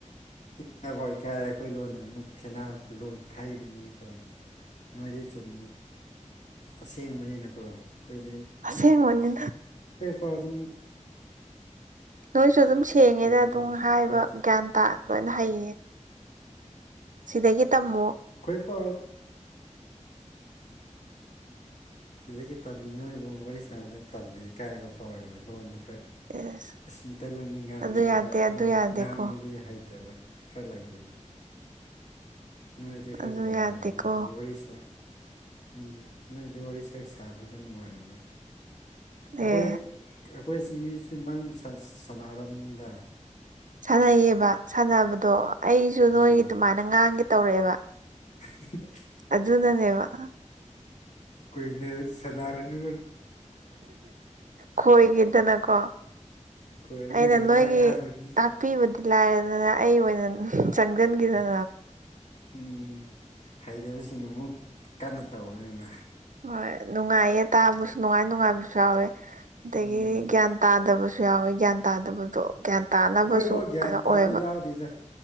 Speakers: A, on the left; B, on the right.
A: ꯏꯀꯥꯏꯐꯥꯎ ꯏꯀꯥꯏꯔꯦ ꯑꯩꯈꯣꯏ ꯂꯣꯟꯅ ꯑꯃꯨꯛ ꯈꯦꯅ ꯂꯣꯟ ꯊꯕꯅꯤꯅꯀꯣ ꯅꯣꯏꯗꯤ ꯆꯨꯝ ꯑꯁꯦꯡꯕꯅꯤꯅꯀꯣ ꯑꯩꯈꯣꯏꯗꯤ
B: ꯑꯁꯦꯡ ꯃꯅ
A: ꯀꯥꯗꯨꯝ
B: ꯅꯣꯏꯁꯨ ꯑꯗꯨꯝ ꯁꯦꯡꯉꯦꯗ
A: ꯑꯗꯨꯕꯨ
B: ꯑꯗꯨꯝ ꯍꯥꯏꯕ
A: ꯈꯔ
B: ꯒ꯭ꯌꯥꯟ ꯇꯥ ꯂꯣꯏꯅ ꯍꯩꯌꯦ ꯁꯤꯗꯒꯤ ꯇꯝꯃꯣ
A: ꯑꯩꯈꯣꯏ ꯄꯥꯎ ꯁꯤꯗꯒꯤ ꯇꯝꯃꯤ ꯅꯣꯏꯕꯨ ꯋꯥꯔꯤ ꯁꯥꯟꯅꯕꯗ ꯇꯜꯂꯤ ꯏꯀꯥꯏꯕ ꯐꯥꯎꯋꯕ ꯂꯣꯟꯗꯨ
B: ꯑꯦꯁ
A: ꯑꯁꯤ ꯃꯩꯇꯩꯂꯣꯟꯗꯤ ꯉꯥꯡꯅꯤꯡꯕ
B: ꯑꯗꯨ ꯌꯥꯗꯦ ꯑꯗꯨ
A: ꯂꯣꯏ
B: ꯌꯥꯗꯦꯀꯣ
A: ꯉꯥꯡꯕꯗꯤ ꯍꯥꯏ ꯂꯩꯠꯇꯕ ꯈꯔ ꯂꯩꯗꯅ ꯅꯨꯍꯏꯇꯦ ꯈ꯭ꯔꯔ
B: ꯑꯗꯨ
A: ꯅꯨꯍꯔ
B: ꯌꯥꯗꯦꯀꯣ
A: ꯍꯥꯏ ꯕꯔꯤꯁ ꯎꯝ ꯅꯣꯏꯗ ꯋꯥꯔꯤ ꯁꯛ ꯁꯥꯕꯒ ꯅꯨꯡꯉꯥꯏꯕ
B: ꯑꯦ
A: ꯑꯩꯈꯣꯏ ꯑꯩꯈꯣꯏ ꯆꯤꯡꯃꯤꯁꯤ ꯅꯪ ꯁꯥꯟꯅꯔꯕꯅꯤꯗ
B: ꯁꯥꯟꯅꯩꯌꯦꯕ ꯁꯥꯟꯅꯕꯗꯣ ꯑꯩꯁꯨ
A: ꯑꯥ
B: ꯅꯣꯏꯒꯤ ꯑꯗꯨꯃꯥꯏꯅ ꯉꯥꯡꯒꯦ ꯇꯧꯔꯛꯑꯦꯕ
A: <unintelligible>
B: ꯑꯗꯨꯗ ꯅꯅꯦꯦ ꯋꯥ
A: ꯀꯨꯏꯅ ꯁꯥꯟꯅꯔꯅ
B: ꯈꯣꯏꯒꯤꯗꯅꯀꯣ
A: ꯈꯣꯏꯗꯅ
B: ꯑꯩꯅ
A: ꯕꯦꯔꯥ
B: ꯅꯣꯏꯒꯤ
A: ꯀꯥꯗꯣꯏꯅꯤ
B: ꯇꯥꯛꯄꯤꯕꯗꯤ ꯂꯥꯏꯔꯦꯗꯅ ꯑꯩ ꯑꯣꯏꯅ ꯆꯪꯁꯤꯟꯈꯤꯗꯅ
A: ꯎꯝ ꯍꯩꯇꯕꯁꯤꯡꯅ ꯑꯃꯨꯛ ꯀꯟꯅ ꯇꯧꯕꯅꯤꯅ
B: ꯍꯣꯏ ꯅꯨꯡꯉꯥꯏꯌꯦ ꯇꯥꯕꯁꯨ ꯅꯨꯡꯉꯥꯏ ꯅꯨꯡꯉꯥꯏꯕꯁꯨ ꯌꯥꯎꯋꯦ ꯑꯗꯒꯤ
A: ꯎꯝ
B: ꯒ꯭ꯌꯥꯟ ꯇꯥꯗꯕꯁꯨ ꯁꯨ ꯌꯥꯎꯋꯦ ꯒ꯭ꯌꯥꯟ ꯇꯥꯗꯕꯗꯣ ꯒ꯭ꯌꯥꯟ ꯇꯥꯅꯕꯁꯨ
A: ꯑꯩꯈꯣꯏꯐꯥꯎ ꯒ꯭ꯌꯥꯟ
B: ꯀꯩꯅꯣ
A: ꯇꯥꯕ
B: ꯑꯣꯏꯌꯦꯕ
A: ꯌꯥꯎꯗꯦꯗ